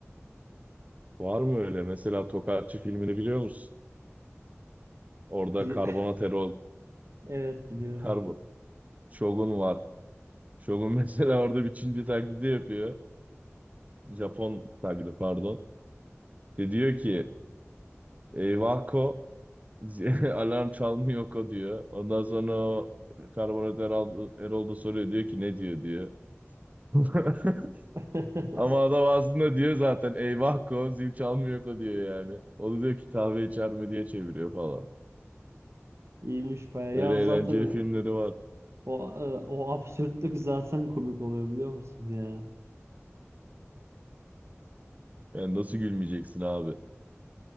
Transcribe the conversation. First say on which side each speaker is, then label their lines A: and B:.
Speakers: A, on the right (about 30°); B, on the right (about 65°).
A: Var mı öyle? Mesela Tokatçı filmini biliyor musun? Orada
B: Bir-
A: karbonatero
B: <laughs> Evet biliyorum.
A: karbon Shogun var. Shogun <laughs> mesela orada bir Çinci taklidi yapıyor. Japon taklidi pardon. Ve diyor ki Eyvah ko <laughs> alarm çalmıyor ko diyor. Ondan sonra o karbonatör Erol, Erol da soruyor diyor ki ne diyor diyor. <laughs>
B: <laughs>
A: Ama adam aslında diyor zaten eyvah ko zil çalmıyor ko diyor yani. O da diyor ki kahve içer mi diye çeviriyor falan.
B: İyiymiş baya. Ya
A: Öyle
B: o zaten
A: eğlenceli filmleri var.
B: o e, o absürtlük zaten komik oluyor biliyor musun ya.
A: Yani nasıl gülmeyeceksin abi?